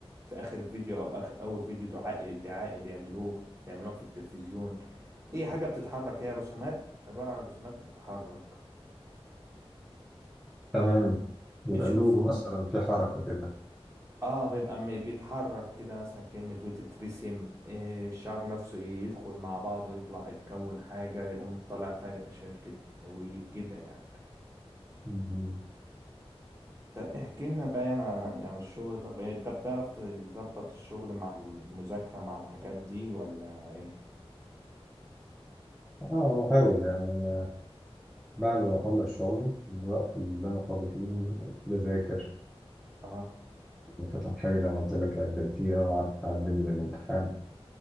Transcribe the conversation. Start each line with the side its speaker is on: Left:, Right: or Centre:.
Right: في اخر فيديو او اخر اول فيديو دعائي دعائي بيعملوه بيعملوه في التلفزيون اي حاجه بتتحرك هي رسومات عباره عن رسومات بتتحرك
Centre: تمام يبقى
Right: شوف
Centre: اللوجو مثلا في حركة كده
Right: اه بيبقى م- بيتحرك كده مثلا كلمة وتترسم إيه الشعر نفسه إيه، يدخل مع بعضه يطلع يتكون حاجة يقوم طالع فجأة شركة وكده يعني
Centre: مهم.
Right: طب احكي لنا بقى يعني عن يعني الشغل طب إيه- انت بتعرف تظبط الشغل مع المذاكرة مع الحاجات دي ولا ايه؟
Centre: اه بحاول يعني بعد ما أخلص شغلي الوقت اللي أنا فاضي فيه بذاكر
Right: اه
Centre: بفتح حاجة زي ما قلت لك أقدم فيها وأعرف أعدي من الامتحان